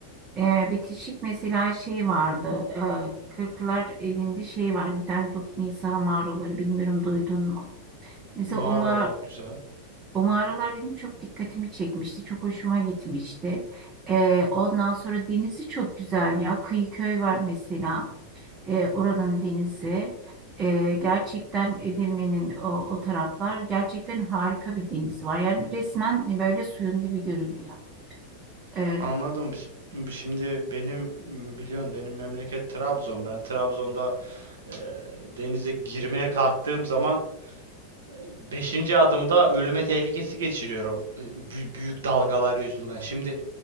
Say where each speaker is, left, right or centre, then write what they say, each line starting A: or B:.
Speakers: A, on the right; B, on the right.
A: Ee, bitişik mesela şey vardı. Ee, Kırklar elinde şey var Bir tane Dut Nisa mağaraları bilmiyorum duydun mu? Mesela
B: Mağaralar
A: o, ma
B: güzel.
A: o mağaralar benim çok dikkatimi çekmişti. Çok hoşuma gitmişti. Ee, ondan sonra denizi çok güzel ya. Kıyıköy var mesela e, oranın denizi. E, gerçekten Edirne'nin o, o taraflar gerçekten harika bir denizi var. Yani resmen böyle suyun dibi görünüyor. E,
B: Anladım. Ş- bu Şimdi benim m, biliyorsun benim memleket Trabzon. Ben Trabzon'da Ee, denize girmeye kalktığım zaman 5. adımda ölüme tehlikesi geçiriyorum e, bü- büyük dalgalar yüzünden. Şimdi